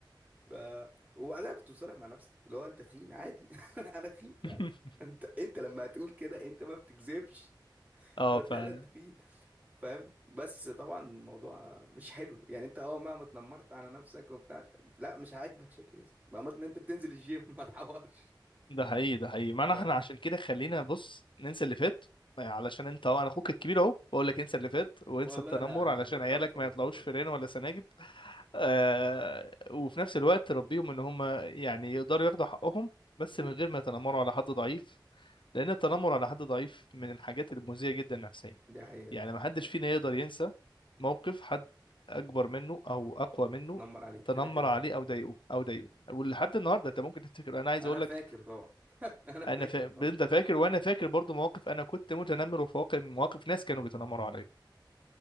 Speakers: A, on the right; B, on the left.
A: ف وبعدها كنت مصالح مع نفسي اللي هو انت تخين عادي <laughs> انا تخين فعلا
B: <laughs>
A: <laughs> انت انت لما هتقول كده انت ما بتكذبش
B: اه
A: انا
B: فعلا
A: فعلا تخين فاهم بس طبعا الموضوع مش حلو يعني انت اه مهما اتنمرت على نفسك وبتاع لا مش عاجبك شكل جسمك بأمر ان انت بتنزل الجيم <laughs> ما تحورش
B: ده حقيقي ده حقيقي معنى
A: ف
B: احنا عشان كده خلينا بص ننسى اللي فات آه، علشان انت اهو، انا اخوك الكبير اهو بقول لك انسى اللي فات وانسى
A: والله
B: التنمر
A: انا
B: علشان
A: انا بطلت
B: عيالك
A: والله
B: ما يطلعوش
A: بطلت
B: فيران ولا سناجب آه وفي نفس الوقت ربيهم ان هم يعني يقدروا ياخدوا حقهم بس
A: و-
B: من غير ما يتنمروا على حد ضعيف لأن التنمر على حد ضعيف من الحاجات المؤذية جدا نفسيا
A: دي حقيقة
B: يعني محدش
A: يعني
B: فينا يقدر ينسى موقف حد أكبر منه أو أقوى منه
A: اتنمر عليك
B: تنمر
A: كده كده
B: عليه أو ضايقه أو ضايقه ولحد النهاردة أنت ممكن تفتكر أنا عايز
A: انا
B: أقول
A: فاكر
B: لك
A: طبعا <laughs> انا فاكر
B: أنا فا...
A: طبعا
B: أنت فاكر وأنا فاكر برضو مواقف أنا كنت متنمر وفي واقع مواقف ناس كانوا بيتنمروا عليا